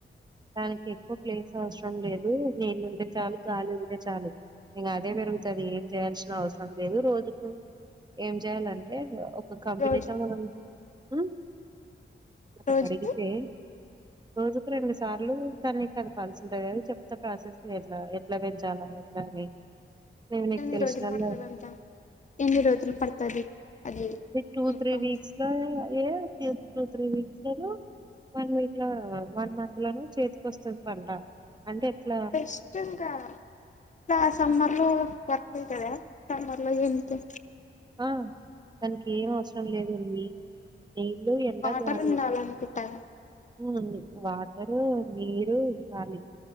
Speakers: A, on the right; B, on the left.
A: దానికి ఎక్కువ ప్లేస్ అవసరం లేదు నీళ్ళుంటే చాలు గాలి ఉంటే చాలు ఇంకా అదే పెరుగుతుది ఏం చేయాల్సిన అవసరం లేదు రోజుకు ఏం చేయాలంటే ఒక్ కంపెనీతో
B: రోజు
A: మనం హ్మ్ నాకు
B: రోజుకి
A: అడిగితే రోజుకు రెండు సార్లు దాన్ని కదపాల్సి ఉంటది అది చెప్తా ప్రాసెస్ని ఎట్లా ఎట్లా పెంచాలా ఎట్లా అని మేము నీకు
B: ఎన్ని
A: తెలిసినోళ్ళ
B: రోజులు పడతదంట ఎన్ని రోజులు పడతది అది
A: టూ
B: యుద్ధం
A: త్రీ వీక్స్ లో ఏ త్రీ వీక్స్ వన్ వీక్ ఇట్లా వన్ మంత్ లోనూ చేతికిొస్తుంది పంట అంటే ఎట్లా
B: బెస్ట్ ఇంకా ఆ సమ్మర్ లో వర్క్ ఉంటాదా సమ్మర్ అలా ఏతే
A: ఆ దానికి ఏం అవసరం లేదండి నీళ్లు ఎండ
B: వాటర్
A: గాలి
B: ఉండాలనుకుంటా కదా,
A: హ్మ్మ్ వా ర్ నీరు గాాలి